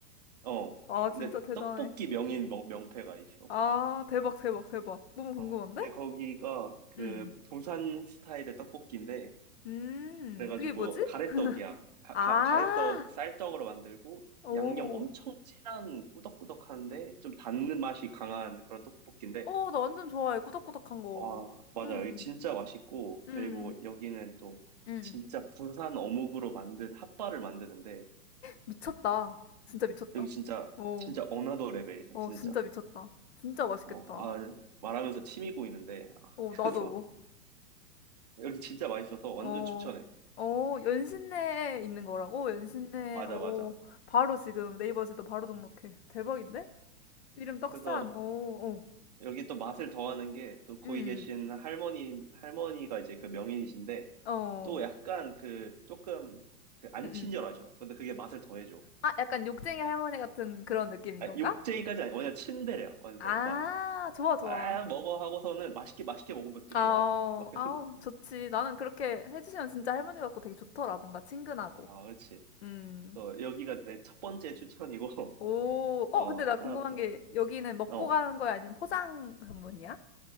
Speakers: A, on the right (about 30°); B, on the left (about 45°).
A: 어,
B: 아,
A: 근데
B: 진짜 대단해.
A: 떡볶이 명인 명, 명패가 있어.
B: 아, 대박, 대박, 대박. 너무 궁금한데?
A: 어, 근데 거기가 그
B: 음.
A: 부산 스타일의 떡볶이인데
B: 음,
A: 그래가지고
B: 그게 뭐지?
A: 가래떡이야. 가,
B: 아,
A: 가, 가래떡 쌀떡으로 만들고
B: 오.
A: 양념 엄청 진한 꾸덕꾸덕한데 좀 닿는 맛이 강한 그런 떡볶이인데
B: 어, 나 완전 좋아해. 꾸덕꾸덕한 거.
A: 와 맞아
B: 음,
A: 여기 진짜 맛있고
B: 음,
A: 그리고 여기는 또
B: 음.
A: 진짜 부산 어묵으로 만든 핫바를 만드는데
B: 미쳤다. 진짜 미쳤다.
A: 여기 진짜
B: 어,
A: 진짜 어나더 레벨이야
B: 어,
A: 진짜
B: 진짜 미쳤다. 진짜 맛있겠다.
A: 어 아 말하면서 침이 고이는데
B: 어,
A: <laughs> 그래서
B: 나도.
A: 여기 진짜 맛있어서 완전
B: 어,
A: 추천해
B: 어, 연신내에 있는 거라고? 연신내,
A: 맞아
B: 어,
A: 맞아
B: 바로 지금 네이버에서도 바로 등록해. 대박인데? 이름 떡산,
A: 그래서
B: 어, 어,
A: 여기 또 맛을 더하는 게 또 거기
B: 음,
A: 계신 할머니, 할머니가 이제 그 명인이신데
B: 어,
A: 또 약간 그 조금 그안
B: 음,
A: 친절하셔.
B: 음.
A: 근데 그게 맛을 더해줘.
B: 아, 약간 욕쟁이 할머니 같은 그런 느낌인
A: 아,
B: 건가?
A: 욕쟁이까지 아니고 그냥 친데레야. 완전
B: 아,
A: 막,
B: 좋아, 좋아.
A: 아, 먹어 하고서는 맛있게 맛있게 먹으면 또
B: 아우,
A: 좋아하셔. 막, <laughs>
B: 아우, 좋지. 나는 그렇게 해주시면 진짜 할머니 같고 되게 좋더라. 뭔가 친근하고.
A: 아, 그렇지.
B: 음.
A: 그래서 여기가 내 첫 번째 추천이고, <laughs>
B: 오, 어,
A: 어,
B: 근데
A: 하나
B: 나 궁금한
A: 더,
B: 게 여기는 먹고
A: 어.
B: 가는 거야? 아니면 포장 전문이야?